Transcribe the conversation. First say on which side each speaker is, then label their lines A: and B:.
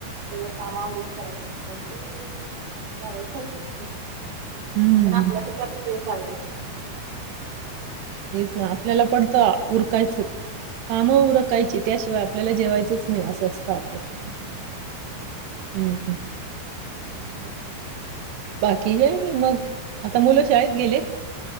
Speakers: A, on the right; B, on the right.
A: सगळं कामावरून करायचं नंतर ते भरायचं होत.
B: हम्म
A: पण
B: हम्म.
A: आपल्यासाठीारख आपण वेळ <unintelligible> का <unintelligible> <unintelligible>
B: हेच ना, आपल्याला पडतं उरकायचं, कामं उरकायची. त्याशिवाय आपल्याला जेवायचंच नाही असं असतं. स्थपलं
A: हम्म
B: <unintelligible> हम्म-
A: <inaudible>
B: बाकी हे नाही. मग आता मुलं शाळेत गेलेत.